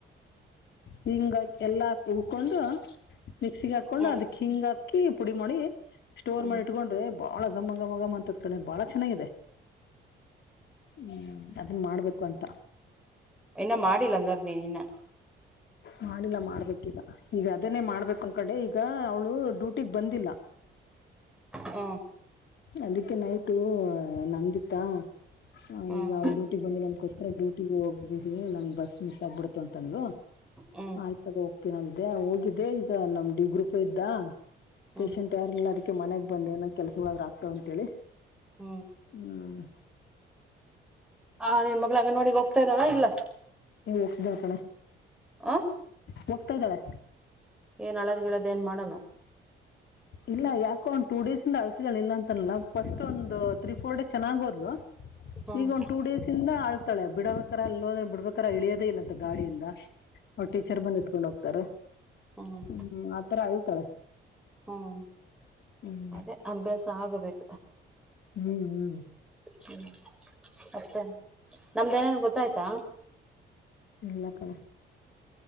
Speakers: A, on the left; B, in the centre.
A: ಹಿಂಗ ಎಲ್ಲಾ ಹಾಕೊಂಡು. ಮಿಕ್ಸಿಗೆ ಹಾಕೊಂಡು
B: ಹ್ಮ್
A: ಅದಕ್ ಹಿಂಗ್ ಹಾಕಿ ಪುಡಿ ಮಾಡಿ. ಸ್ಟೋರ್
B: ಹ್ಮ್
A: ಮಾಡಿ ಇಟ್ಕೊಂಡ್ರೆ ಬಾಳ ಘಮ್ಮ ಘಮ ಘಮ ಅಂತದ ಕಣೆ ಬಾಳ ಚೆನ್ನಾಗಿದೆ. ಹ್ಮ್ ಅದನ್ನ ಮಾಡ್ಬೇಕು ಅಂತ.
B: ಇನ್ನ ಮಾಡಿಿಲ್ಲಂಗರ್ ನೀನ್ ಇನ್ನ.
A: ಮಾಡಿಲ್ಲ ಮಾಡ್ಬೇಕಿಲ್ಲ ಈಗ ಅದನೇ ಮಾಡ್ಬೇಕು ಅನ್ಕಂಡೆ ಈಗ ಅವ್ಳು ಡ್ಯೂಟಿಗ್ ಬಂದಿಲ್ಲ.
B: ಹಾ <unintelligible>
A: ಅದಕ್ಕೆ ನೈಟು ನಂದಿತಾ.
B: ಹ್ಮ್
A: ಈಗ ಅವ ಡ್ಯಟಿಗೆ ಬಂದಿಲ್ಲನ್ಕೋಸ್ಕರ ಡ್ಯೂಟಿಗ ಹೋಗ್ಬ ನನ್ ಬಸ್ ಮಿಸ್ ಆಗ್ಬಿಡತು ಅಂತ ಅಂದಳು.
B: ಹ್ಮ್
A: ಆಯ್ತ್ ತಗ ಹೋಗ್ತೀನ ಅ್ದೆ ಹೋಗಿದ್ದೆ ಈಗ ನಮ್ ಡಿ ಗ್ರೂಪ ಇದ್ದ.
B: ಹ್ಮ್
A: ಪೇಶಂಟ್ ಯಾರಿಲ್ಲ ಅದಕ್ಕೆ ಮನೆಗ ಬಂದೇ ಏನೋ ಕೆಲಸ ಇರಲಾರದ. ಇಟ್ಟು ಅಂತೇಳಿ
B: ಹ್ಮ್
A: ಹಮ್.
B: ಆ ನಿನ್ನ ಮಗ್ಳ ಅಂಗನವಾಡಿಗೆ ಹೋಗ್ತಾ ಇದ್ದಳ ಇಲ್ಲ.
A: <unintelligible> ಹೋಗ್ತಾಳ ಕಣೆ
B: ಆ
A: ಹೋಗತಾ ಇದ್ದಾಳೆ.
B: ಏನ ಅಳದ ಗಿಳದ ಏನ್ ಮಾಡಲ್ಲ.
A: ಇಲ್ಲ ಯಾಕೋ ಒಂದು ಟೂ ಡೇಸಿಂದ ಅಳ್ತಿದಳ ಇಲ್ಲ ಅಂತನಲ್ಲ ಫಸ್ಟ್ ಒಂದು ತ್ರೀ ಫೋರ್ ಡೇ ಚೆನ್ನಾಗ ಹೋದ್ಲು.
B: ಹ್ಮ್
A: ಈಗ ಒನ ಟೂ ಡೇಸ್. ಇಂದ ಆಳ್ತಾಳೆ ಬಿಡಬೇಕಾರ ಅಲ್ಲೋದ ಬಿಡ್ಬೇಕಾರ ಇಳಿಯೋದೇ ಇಲ್ಲ ಅಂತ ಗಾಡಿಯಿಂದ ಅವಳ ಟೀಚರ್ ಬಂದ ಏತಕೊಂಡು ಹೋಗ್ತಾರೆ.
B: ಹ್ಮ.
A: ಹ್ಮ್ ಆತರ ಅಳ್ತಾಳೆ.
B: ಹ್ಮ್
A: ಹ್ಮ್
B: ಅದೇ ಅಭ್ಯಾಸ ಆಗಬೇಕು.
A: ಹ್ಮ್ ಹ್ಮ್.
B: ಹ್ಮ್ ಮತ್ತೇ ನಮ್ದು ಏನೇನ್ ಗೊತ್ತಾಯ್ತಾ.
A: ಇಲ್ಲ ಕಣೆ.